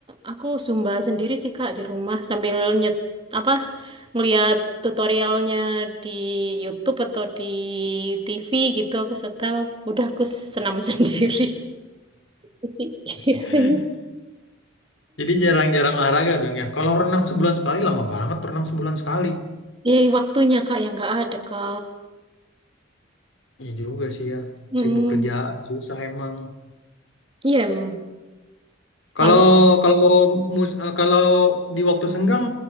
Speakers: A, on the right; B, on the left.
A: aku zumba sendiri sih Kak di rumah sambil nyet apa ngeliat tutorialnya di YouTube atau di TV gitu aku setel udah aku senam <laughs> sendiri Jadi, biasanya
B: <laughs> Jadi jarang-jarang olahraga dong ya. Kalau renang sebulan sekali lama banget renang sebulan sekali.
A: ya waktunya kak yang nggak ada kak
B: Iya juga sih ya.
A: hmm
B: Sibuk kerjaan susah emang.
A: iya emang
B: Kalau
A: kalau
B: kalau mus eh, kalau di waktu senggang